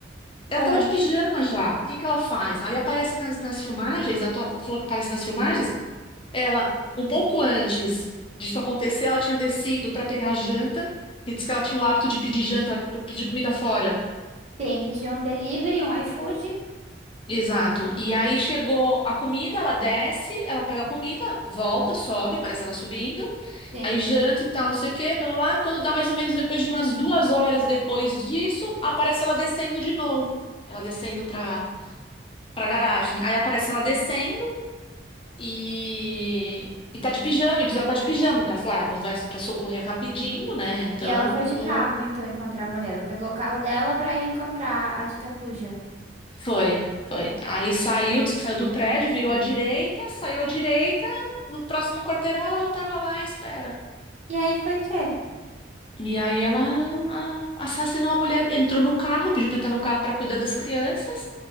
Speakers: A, on the left; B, on the right.
A: Ela
B: Ah,
A: tava de pijama já. O que que ela faz? Aí aparece nas, nas filmagens, ela to- falou que aparece nas filmagens, Ela, um pouco antes disso acontecer, ela tinha descido para pegar a janta, e disse que ela tinha o hábito de pedir janta, p- pedir comida fora.
B: sim, pediu um delivery, um iFood.
A: Exato. E aí chegou a comida, ela desce, ela pega a comida, volta, sobe, parece ela subindo,
B: Sim.
A: aí janta e tal, não sei o quê, blá, blá, blá. Quando dá mais ou menos depois de umas duas horas depois disso, aparece ela descendo de novo. Ela descendo para para garagem. Aí aparece ela descendo. E, e tá de pijama, e precisava tá de pijama, cara. Falei, ah, vou- vai pra socorrer rapidinho, né? Então,
B: E ela foi de
A: vou-
B: carro, então, encontrar a mulher. Ela pegou o carro dela pra ir encontrar a dita cuja.
A: foi, foi. Aí saiu, disse que saiu do prédio, virou à direita, saiu à direita, no próximo quarteirão ela já tava lá à espera.
B: E aí foi o quê?
A: E aí ela ah, assassinou a mulher, entrou no carro, pediu pra entrar no carro pra cuidar das crianças.